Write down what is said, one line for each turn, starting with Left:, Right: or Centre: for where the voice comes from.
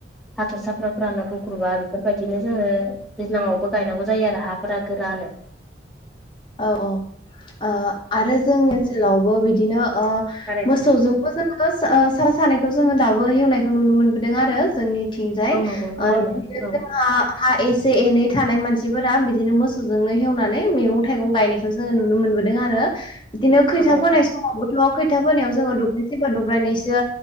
Centre: हाथरसाफ्राफ्रानो गुग्रुबा बेफोरबायदि बिदिनो जोङो दैज्लाङावबो गायनांगौ जायो आरो हाफोरा गोरानो
Left: औ औ ओ
Centre: औ
Left: आरो जोंनि ओनसोलावबो बिदिनो ओ
Centre: थारैनो
Left: मोसौजोंबो <inaudible> ओ सार सानैखौ जोङो दाबो हेवनायखौ नुनो मोनबोदों आरो जोंनि थिंजाय
Centre: औ नंगौ थारैनो
Left: ओ बिदिनो
Centre: औ
Left: जोंहा हा एसे एनै थानाय मानसिफोरा बिदिनो मोसौजोंनो हवनानै मैगं थाइगं गायनायखौ जोंङो नुनो मोनबोदों आरो। बिदिनो
Centre: औ
Left: खैथा
Centre: नंगौ
Left: फोनाय
Centre: थारैनो
Left: समावबोथ' खैथा फोनायाव जोंङो दब्रायसेबा दब्रायनैसो